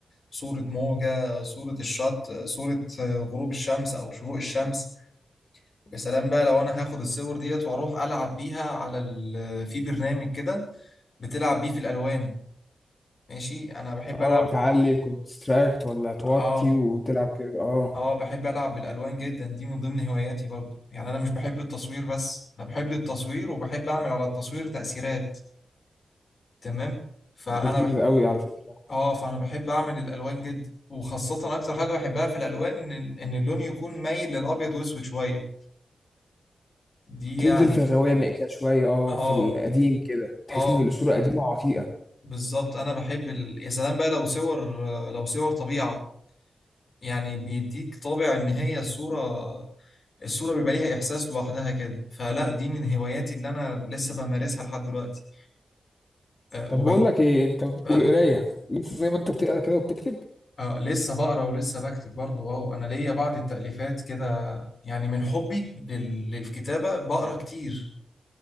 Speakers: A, on the left; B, on the left.
A: صورة موجة صورة الشط صورة آه، غروب الشمس أو شروق الشمس يا سلام بقى لو أنا هاخد الصور ديت وأروح ألعب بيها على ال... آه، في برنامج كده بتلعب بيه في الألوان ماشي أنا بحب
B: اه
A: ألعب
B: تعلي الكونستراكت ولا توطي
A: آه
B: وتلعب كده اه
A: اه بحب ألعب بالألوان جدا دي من ضمن هواياتي برضو يعني أنا مش بحب التصوير بس أنا بحب التصوير وبحب أعمل على التصوير تأثيرات تمام فأنا
B: لذيذة
A: بح...
B: قوي على فكرة
A: اه فأنا بحب أعمل الألوان جدا وخاصة أكتر حاجة بحبها في الألوان إن إن اللون يكون مايل للأبيض وأسود شوية دي
B: تنزل
A: يعني
B: في الغوامق كده شوية اه
A: اه
B: في القديم كده تحس
A: اه
B: ان الصورة قديمة وعتيقة
A: بالظبط أنا بحب ال... يا سلام بقى لو صور لو صور طبيعة يعني بيديك طابع إن هي صورة الصورة بيبقى ليها إحساس لوحدها كده فلا دي من هواياتي اللي أنا لسه بمارسها لحد دلوقتي أه
B: طب
A: وبح
B: بقول لك ايه انت
A: آه
B: والقرايه لسه زي ما انت بتقرا كده وبتكتب
A: آه، لسه بقرا ولسه بكتب برضو اه أنا ليا بعض التأليفات كده يعني من حبي لل... للكتابة بقرا كتير